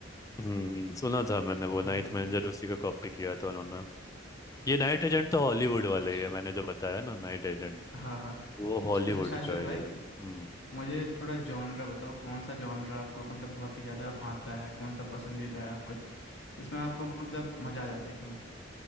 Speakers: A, on the left; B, on the left.
A: हम्म हम्म, सुना था मैंने वो
B: तो
A: नाइट मैनेजर उसी का कॉपी किया था उन्होंने ये नाइट एजेंट तो हॉलीवुड वाला
B: अच्छा
A: ही है मैंने जो बताया ना नाइट एजेंट
B: हाँ हाँ
A: वो हॉलीवुड
B: अच्छा अच्छा शाश्वत
A: का ही
B: भाई
A: है हम्म
B: मुझे थोड़ा जॉनरा बताओ कौन सा जॉनरा आपको मतलब बहुत ही ज़्यादा भाता है कौन सा पसंदीदा है आपको इसमें आपको मतलब मज़ा आ जाता है एकदम